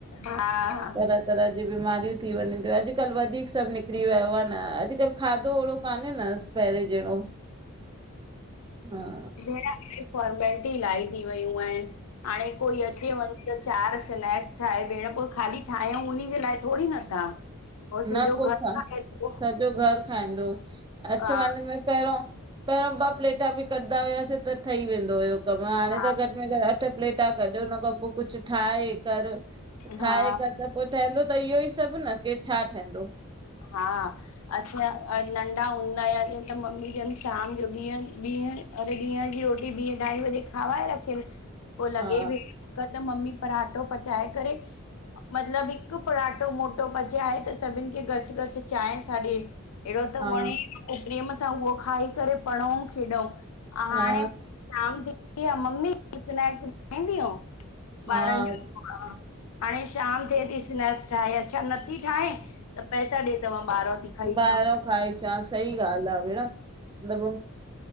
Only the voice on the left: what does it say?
हा ह
भेण हाणे फॉर्मेलिटी इलाही थी वयूं आहिन हाणे कोई अचे वञ त चार स्नैक्स ठाहे भेण, पो खाली ठाहियूं उन्ही जे लाए थोङी न था! पो सॼो
घर
खाए थो।
हा
हा
हा
हा असां नंढा हूंदा आ जींअं त मम्मी जन शाम जो ॾीहं, ॾीह अरे ॾींहं जी रोटी ॿीं -अंढाई बजे खाराइ रखियन, पो लॻे
बि हिकदम मम्मी परांठो पचाए करे मतलब हिकु पराटो मोटो पचाए त सभिन खे गड करे चांएं सा ॾे, अहिड़ो त
वंणे पो प्रेम सां उहो खाई करे पढ़ऊं खेॾूं, अंउ
हाणे शाम थींदी आ ऐं मम्मी स्नैक्सा ठांईंदी
ॿारनि जो। हा हाणे शाम थिए थी, स्नैक्स ठाहे, अच्छा नथी ठाहे त पैसा ॾे त मां ॿारहों थी खाई अचां।